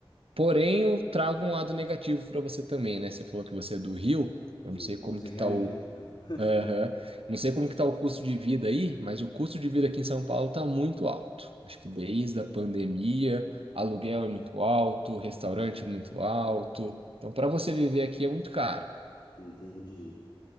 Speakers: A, on the right; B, on the left.
A: Porém, eu trago um lado negativo para você também, né? Você falou que você é do Rio, eu não
B: Isso,
A: sei como
B: é bom ser
A: que tá
B: realista.
A: o
B: Então,
A: Aham. Não sei como que tá o custo de vida aí, mas o custo de vida aqui em São Paulo tá muito alto. Acho que desde a pandemia, aluguel é muito alto, restaurante é muito alto. Então, para você viver aqui é muito caro.
B: Entendi.